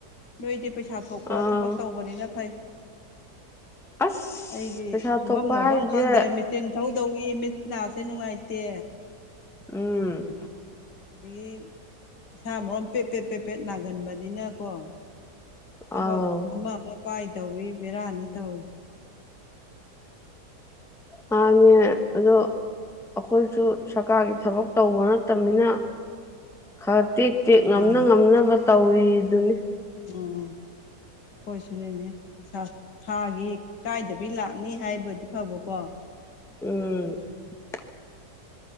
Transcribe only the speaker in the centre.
ꯑꯥ
ꯑꯁ
ꯄꯩꯁꯥ
ꯊꯣꯛꯄ
ꯍꯥꯏꯁꯦ
ꯎꯝ
ꯑꯥꯎ
ꯃꯥꯅꯦ ꯑꯗꯣ ꯑꯩꯈꯣꯏꯁꯨ ꯁꯔꯀꯥꯔꯒꯤ ꯊꯕꯛ ꯇꯧꯕ ꯅꯠꯇꯝꯅꯤꯅ ꯈꯔ ꯇꯦꯛ ꯇꯦꯛ
ꯉꯝꯅ ꯉꯝꯅꯕ ꯇꯧꯔꯤꯗꯨꯅꯤ
<unintelligible>